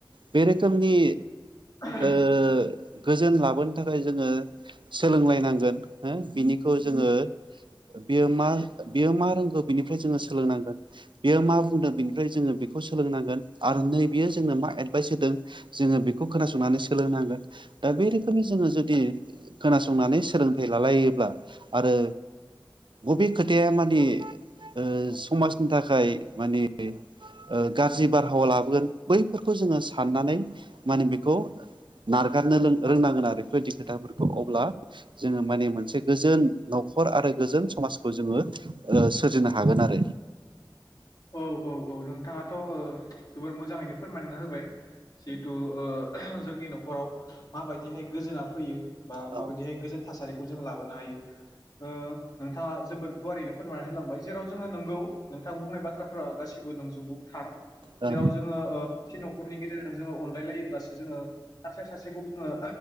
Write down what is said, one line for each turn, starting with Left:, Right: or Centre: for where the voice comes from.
Right: बे रोखोमनि
Left: <unintelligible>
Right: ओ गोजोन लाबोनो थाखाय जोङो सोलोंलायनांगोन हो बिनिखौ जोङो बेयो मा बेयो मा रोंगौ बिनिफ्राय जोङो सोलोंनांगोन बेयो मा बुंदों बिनिफ्राय जोङो बिख खौ सोलोंनांगोन आरो नैबेयो जोंनो मा एडभाइस होदों जोङो बेखौ खोनासंनानै सोलोंनांगोन। दा बे रोखोमनि जोङो जुदि खोनासंनानै सोलोंथाइ लालायोब्ला आरो बबे खोथाया मादि ओ समाजनि थाखाय माने ओ गाज्रि बारहावा लाबोगोन बैफोरखौ जोङो साननानै माने बेखौ नारगारनो लों रोंनांगोन आरो बेफोरबायदि खोथाफोरखौ। अब्ला जोङो माने मोनसे गोजोन न'खर आरो गोजोन समाजखौ जोङो ओ सोरजिनो हागोन आरो।
Left: औ औ औ नोंथाङाथ' ओ जोबोद मोजाङैनो फोरमायनानै होबाय जिहेतु ओ जोंनि न'खराव माबायदिहाय गोजोना फैयो बा
Right: औ
Left: माबायदिहाय गोजोन थासारिखौ जों लाबोनो हायो ओ नोंथाङा जोबोद गुवारैनो फोरमायनानै होलांबाय जेराव जोङो नोंगौ नोंथा बुंनाय बाथ्रा बाथ्राफ्रा गासिबो नोंजोबगौ थार।
Right: औ
Left: जेराव जोङो ओ मोनसे न'खरनि गेजेरजों जोङो अनलायलायोब्लासो जोङो सासेया सासेखौ जोङो